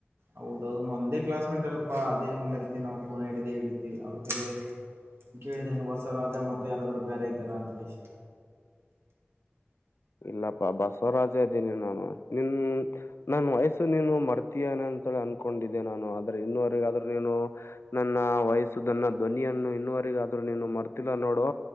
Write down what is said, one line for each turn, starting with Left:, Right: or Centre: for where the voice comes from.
Right: ಹೌದೌದ ಒಂದೇ ಕ್ಲಾಸ್ ಮೇಟ್ ಅಲ್ಪಾ ಅದೇ ಹೆಂಗ ಮರಿತಿವಿ ನಾವು ಫೋನ ಹಡ್ದದೆ ಹಡತಿವಿ ಅವ್ರ ಕಡೆ ಕೇಳಿದೆ ಬಸವರಾಜ ಮತ್ತೆ ಯಾರಾದ್ರು ಬೇರೆ ಇದ್ದಾರ ಅಂತ ಅಷ್ಟೇ.
Left: ಇಲ್ಲಪ್ಪಾ ಬಸವರಾಜೇ ಇದ್ದೀನಿ ನಾನು ನಿನ್ ನನ್ ವಯಸ ನೀನು ಮರ್ತೀಯನೆ ಅಂತೇಳಿ ಅನ್ಕೊಂಡಿದ್ದೆ ನಾನು ಆದ್ರೆ ಇನ್ನವರೆಗಾದ್ರೂ ನೀನು ನನ್ನ ವಯಸ್ಸು ನನ್ನ ಧ್ವನಿಯನ್ನು ಇನ್ನವರೆಗಾದ್ರೂ ನೀನು ಮರ್ತಿಲ್ಲ ನೋಡು